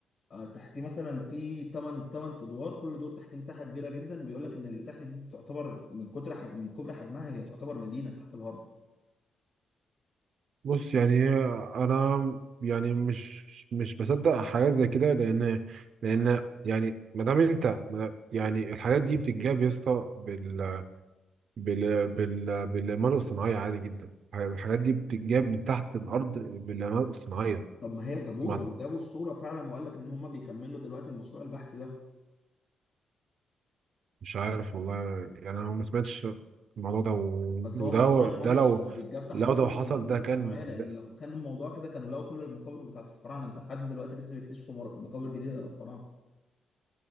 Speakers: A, on the left (about 55°); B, on the right (about 65°).
A: آه، تحتيه مثلا في 8 8 ادوار كل دور تحتيه مساحة كبيرة جدا بيقول لك إن اللي تحت دي تعتبر من كتر حجم من كبر حجمها هي تعتبر مدينة تحت الهرم
B: بص يعني انا يعني مش مش بصدق حاجات زي كده لان لان يعني ما دام انت ما- يعني الحاجات دي بتتجاب يا اسطى بال بال بال بالإعمار الصناعية عادي جدا الحاجات دي بتتجاب من تحت الأرض بالإعمار الصناعية
A: طب ما هي جابوها
B: ما
A: وجابوا الصورة فعلا وقال لك ان هم بيكملوا دلوقتي المشروع البحثي ده
B: مش عارف والله يعني أنا ما سمعتش الموضوع ده و-
A: بس
B: وده
A: هو موضوع ان هو
B: ده
A: مش
B: لو
A: مش بيتجاب تحت
B: لو
A: الارض
B: ده حصل
A: بالاقمار
B: ده
A: الصناعية
B: كان
A: لان
B: ده
A: لو كان الموضوع كده كانوا لقوا كل المقابر بتاعت الفراعنة انت لحد دلوقتي لسه بيكتشفوا مر- مقابر جديدة للفراعنة